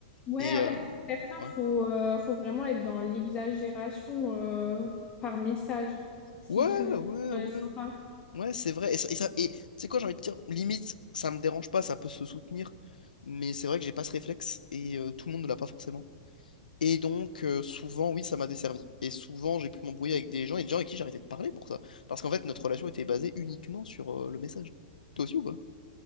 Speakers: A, on the left; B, on the left.
A: Ouais,
B: Et
A: en
B: euh,
A: fait, pour certains,
B: ouais.
A: faut, euh, faut vraiment être dans l'exagération euh, par message, si
B: Ouais,
A: tu veux
B: ouais,
A: être
B: ouais.
A: sympa.
B: Ouais, c'est vrai. Et, ça, et, ça- et tu sais quoi, j'ai envie de dire, limite, ça me dérange pas, ça peut se soutenir. Mais c'est vrai que j'ai pas ce réflexe et euh, tout le monde ne l'a pas forcément. Et donc, euh, souvent, oui, ça m'a desservi. Et souvent, j'ai pu m'embrouiller avec des gens et des gens avec qui j'arrêtais de parler pour ça. Parce qu'en fait, notre relation était basée uniquement sur euh, le message. Toi aussi ou pas?